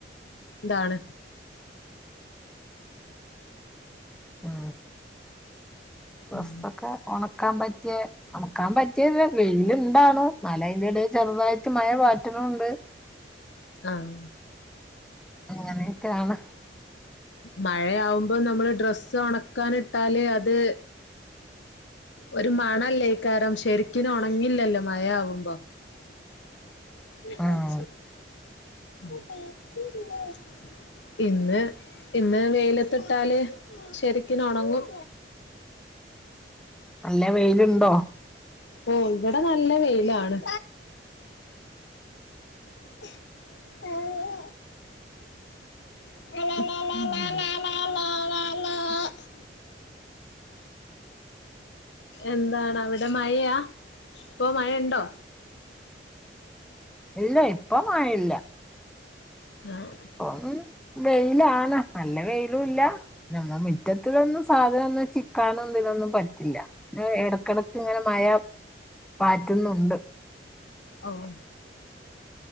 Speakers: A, on the left; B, in the centre.
A: എന്താണ്
B: മ് ഡ്രസ്സ്‌ഒക്കെ
A: ഉം
B: ഒണക്കാ പറ്റ്യേ ഒണക്കാൻ പറ്റിയല്ല വെയിലുണ്ടാണോ ന്നാൽ അതിന്റെട ചെറുതായിട്ട് മഴ പാറ്റണൂണ്ട്
A: ആഹ്
B: അങ്ങനെയൊക്കെയാണ്
A: മഴയാവുമ്പം നമ്മള് ഡ്രസ്സ് ഉണക്കാനിട്ടാല് അത്. ഒരു മണല്ലേ ഈ കാരം ശരിക്കിന ഒണങ്ങില്ലല്ലോ മഴ ആവുമ്പോ <inaudible>
B: ഉം
A: ഇന്ന് ഇന്ന് വെയിലത്തിട്ടാല് ശരിക്കിന ഒണങ്ങും
B: നല്ല വെയില്ണ്ടോ-
A: ഓ ഇവിടെ നല്ല വെയിലാണ് <inaudible> <inaudible> എന്താണ് അവിടെ മഴയാ ഇപ്പൊ മഴയുണ്ടോ
B: ഇല്ല ഇപ്പം മഴല്ല
A: ആഹ്
B: പ്പം വെയിലാണ്. നല്ല വെയിലുല്ല നമ്മ മിറ്റത്തിന്നും സാധനംന്ന് കാണ ഇതൊന്നും പറ്റില്ല ഏഹ് എടക്കെടക്ക് ഇങ്ങനെ മഴ പാറ്റുന്നുണ്ട്
A: ഓഹ്